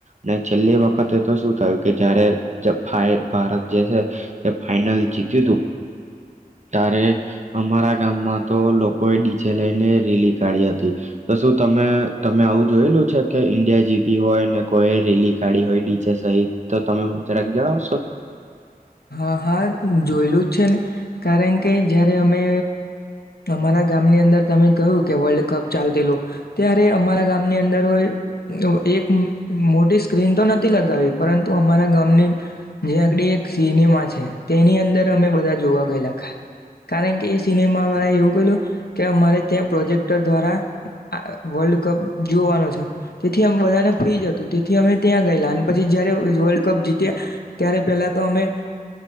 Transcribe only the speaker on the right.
ને છેલ્લી વખતે તો શું થયું કે જયારે જ ફાય ભારત જે છે તે ફાઈનલ જીત્યુંતુ તારે અમારા ગામમાં તો લોકોએ ડીજે લઈને રેલી... કાઢી હતી તો શું તમે તમે આવું જોયેલું છે કે ઈન્ડિયા જીતી હોય ને કોઈ રેલી કાઢી હોય ડી જે સહિત તો તમે જરાક જણાવશો